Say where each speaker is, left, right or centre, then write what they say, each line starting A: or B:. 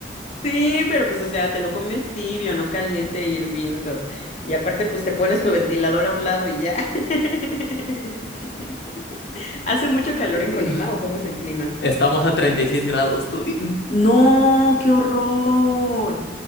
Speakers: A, on the left (about 35°); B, on the left (about 70°).
A: Sí, pero pues, o sea, te lo comes tibio, no caliente, hirviendo. Y aparte, pues te pones tu ventilador a un lado y ya. <laughs> ¿Hace mucho calor
B: Dios
A: en
B: mío.
A: Colima o cómo es el clima?
B: Estamos a 36 grados, tú dime.
A: No, qué horror.